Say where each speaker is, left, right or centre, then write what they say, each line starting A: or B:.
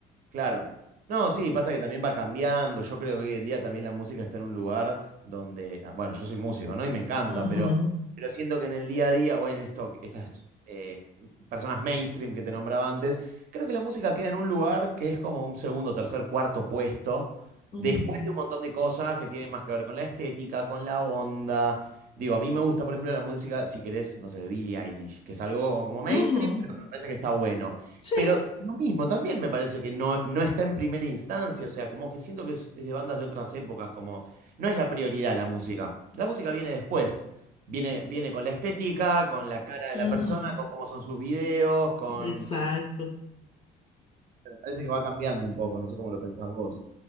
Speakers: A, on the right; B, on the left.
A: Claro. No, sí, pasa que también va cambiando. Yo creo que hoy en día también la música está en un lugar donde, ah, bueno, yo soy músico, ¿no? Y me encanta,
B: Ujú,
A: pero, pero siento que en el día a día, o en esto, estas eh, personas mainstream que te nombraba antes, creo que la música queda en un lugar que es como un segundo, tercer, cuarto puesto,
B: ujú,
A: después de un montón de cosas que tienen más que ver con la estética, con la onda. Digo, a mí me gusta, por ejemplo, la música, si querés, no sé, de Billie Eilish, que es algo como mainstream,
B: ujú,
A: pero que me parece que está bueno.
B: Sí,
A: Pero lo mismo, también me parece que no, no está en primera instancia, o sea, como que siento que es, es de bandas de otras épocas, como no es la prioridad la música. La música viene después, viene, viene con la estética, con la cara de
B: ujú,
A: la persona, con cómo son sus videos, con...
B: exacto.
A: Me parece que va cambiando un poco, no sé cómo lo pensás vos.